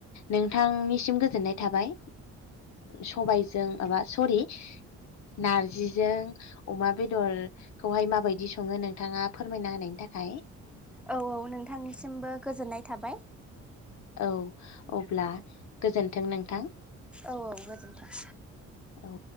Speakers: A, on the left; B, in the centre.
A: नोंथांनिसिम गोजोननाय थाबाय सबायजों माबा सरि नारजिजों अमा बेदरखौहाय माबायदि स सङो नोंथाङा फोरमायना होनायनि थाखाय
B: औ औ नोंथांनिसिमबो गोजोननाय थाबाय।
A: औ अब्ला गोजोन्थों नोंथां।
B: औ औ गोजोन्थों।
A: औ।